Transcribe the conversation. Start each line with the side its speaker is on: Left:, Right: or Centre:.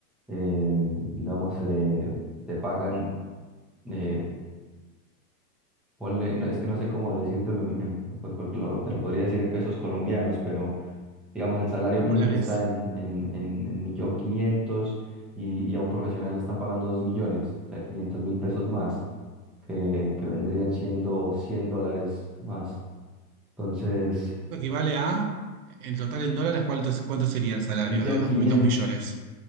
Centre: eh, digamos, eh, te pagan, eh, ponle, no, es que no sé cómo decírtelo, en, en- pues porque lo- te lo podría decir en pesos colombianos, pero digamos, el salario
Right: En
Centre: mínimo
Right: dólares.
Centre: está en, en, en, en millón quinientos y, y a un profesional le están pagando dos millones, o sea, quinientos mil pesos más, que, que vendrían siendo 100 dólares más. Entonces...
Right: Esto equivale a, en total en dólares, ¿cuánto, cuánto sería el salario
Centre: Millón
Right: de dos
Centre: quinientos,
Right: millones?